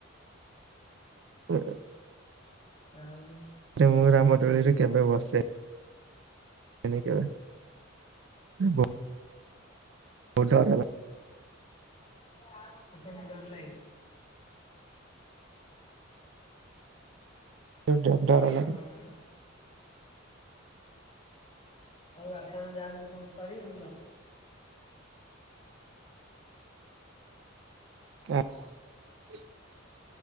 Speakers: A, on the right; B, on the left.
A: ହଁ
B: ଆଉ
A: ମୁଁ ରାମଟୋଳିରେ କେବେ ବସେ <unintelligible> <unintelligible>
B: ଆପଣଙ୍କୁ ଡର ଲାଗେ?
A: ଲାଗେ ଡର
B: ଆଉ
A: ଲାଗେ
B: କ'ଣ? ହଉ ଆପଣ ଯାଆନ୍ତୁ କ'ଣ କରିବେ ମୁଁ ରଖୁ
A: <unintelligible>